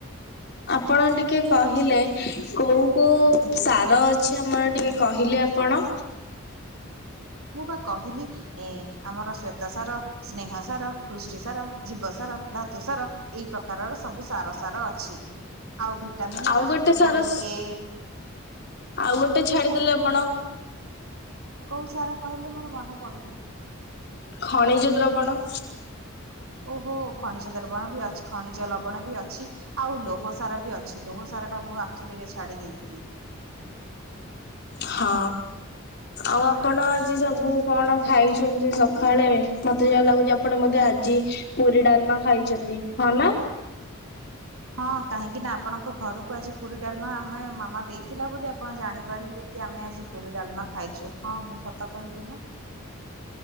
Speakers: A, on the left; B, on the right.
A: ଆପଣ ଟିକେ କହିଲେ। କୋଉ କୋଉ ସାର ଅଛି ଆମର ଟିକେ କହିଲେ ଆପଣ?
B: ମୁଁ ପା କହିଲି ଏ ଆମର ଶ୍ଵେତ ସାର ସ୍ନେହ ସାର ପୃଷ୍ଟି ସାର ଜୀବ ସାର ଧାତୁ ସାର ଏଇ ପ୍ରକାରର ସବୁ ସାର ସାର ଅଛି ଆଉ ଭିଟାମିିନରେ
A: ଆଉ ଗୋଟେ
B: ଭିଟାମିିନ
A: ସାର
B: ଏ
A: ଆଉ ଗୋଟେ ଛାଡିଦେଲେ
B: ହଁ
A: ଆପଣ
B: କୋଉ ସାର କହିଲେ ମୋର ମନେ ପଡ଼ୁନି
A: ଖଣିଜ ଦ୍ରବଣ
B: ଓହୋ ଖଣିଜ ଦର୍ବଣ ବି ଅଛି ଖଣିଜ ଲବଣ ବି ଅଛି ଆଉ ଲୋହ ସାର ବି ଲୋହ ସାରା ଟା ମୁଁଚରେ ଛାଡି ଦେଇଥିଲି।
A: ହଁ। ଆଉ ଆପଣ ଆଜି ସବୁ କଣ ଖାଇଛନ୍ତି ସକାଳେ ମତେ ଯାହା ଲାଗୁଛି ପଣ ମତେ ଆଜି ପୁରୀ ଡାଲମା ଖାଇଛନ୍ତି ହଁ ନା
B: ହଁ କାହିଁକି ନା ଆପଣଙ୍କ ଘରକୁ ଆଜି ପୁରୀ ଡାଲମା ଆମେ ମାମା ଦେଇଥିଲା ବୋଲି ଆପଣ ଜାଣିପାରିଲେ କି ଆମେ ଆଜି ପୁରୀ ଡାଲମା ଖାଇଛୁ ହଁ ମୁଁ ସତ କହିଲି ନା